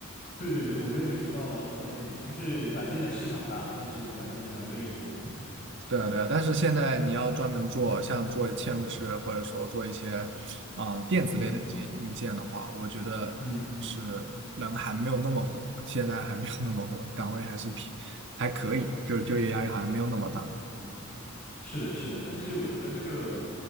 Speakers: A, on the left (about 40°); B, on the right (about 60°).
A: 对对对，我觉得你说到了关键点，就是软件的市场大，但是软件的人也多。
B: 对啊，对啊。但是现在你要专门做像做嵌入式，或者说做一些嗯电子类的一些硬件的话，
A: 嗯
B: 我觉得是
A: 嗯。
B: 人还没有那么火，现在还没有那么火，岗位还是偏还可以，就是就业压力好像没有那么大。
A: 是的，是的，但是我觉得这个，